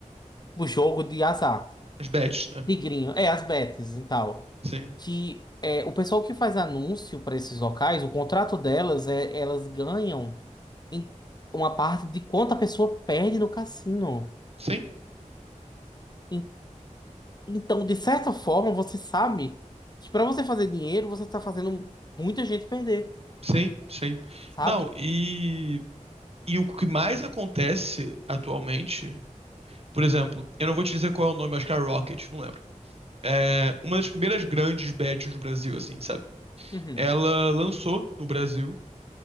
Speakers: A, on the left (about 30°); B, on the right (about 50°).
A: o jogo de azar.
B: As bets, né?
A: Tigrinho, é, as bets e tal.
B: Sim.
A: Que é, o pessoal que faz anúncio para esses locais, o contrato delas é elas ganham em uma parte de quanto a pessoa perde no cassino.
B: Sim.
A: En- Então, de certa forma, você sabe que para você fazer dinheiro, você está fazendo muita gente perder,
B: Sim, sim.
A: sabe?
B: Não, e,
A: E...
B: e o que mais acontece atualmente, por exemplo, eu não vou te dizer qual é o nome, acho que é Rocket, não lembro. É uma das primeiras grandes bets no Brasil, assim, sabe?
A: Uhum,
B: Ela lançou no Brasil,